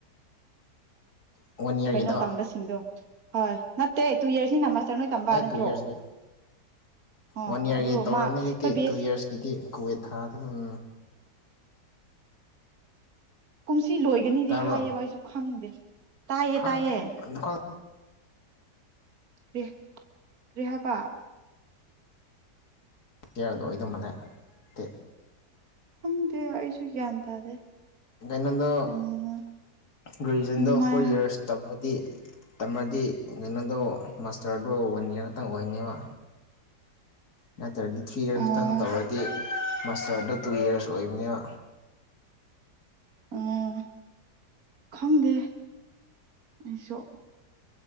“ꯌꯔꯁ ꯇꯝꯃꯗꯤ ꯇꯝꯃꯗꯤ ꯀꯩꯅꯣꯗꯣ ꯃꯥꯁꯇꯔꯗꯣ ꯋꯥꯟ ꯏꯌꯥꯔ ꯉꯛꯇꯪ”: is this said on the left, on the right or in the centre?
Left